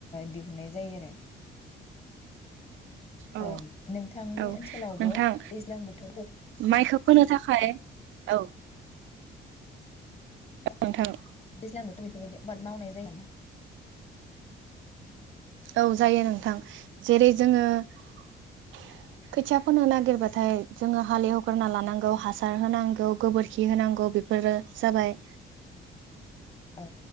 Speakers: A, on the left; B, on the right.
A: दिहुननाय जायो आरो
B: औ
A: ओम नोंथांनि
B: औ
A: ओनसोलावबो
B: नोंथां
A: दैज्लां बोथोर
B: माइखौ फोनो थाखाय औ नोंथां
A: दैज्लांआवथ' बेफोरबायदि आबाद मावनाय जायो ना
B: औ जायो नोंथां जेरै जोङो खोथिया फोनो नागिरबाथाय जोङो हालेवग्रोना लानांगौ हासार होनांगौ गोबोरखि होनांगौ बेफोरो जाबाय
A: औ